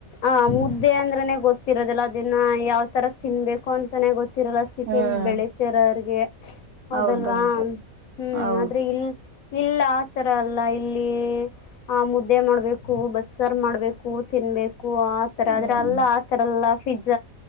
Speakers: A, on the left (about 75°); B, on the right (about 80°).
A: ಆ ಮುದ್ದೆ ಅಂದ್ರನೇ ಗೊತ್ತಿರೋದಲ್ಲ ಅದನ್ನು ಯಾವತಥರ ತಿನ್ಬೇಕು ಅಂತಾನೇ ಗೊತ್ತಿರಲ್ಲ ಸಿಟಿಲ್ಲಿ
B: ಹ್ಮ್
A: ಬೆಳೀತಿರೋ ಅವಿಗೆ ಹೌದಲ್ವಾ
B: ಹೌದೌದು
A: ಹ್ಮ್
B: ಹೌದು
A: ಆದ್ರೆ ಇಲ್ ಇಲ್ಲ ಆತರ ಅಲ್ಲ ಇಲ್ಲಿ ಆ ಮುದ್ದೆ ಮಾಡ್ಬೇಕು ಬಸ್ಸರ್ ಮಾಡ್ಬೇಕು ತಿನ್ಬೇಕು ಆತರ ಆದ್ರ
B: ಹ್ಮ್
A: ಅಲ್ಲ ಆಥರ ಎಲ್ಲ ಪಿ್ಜ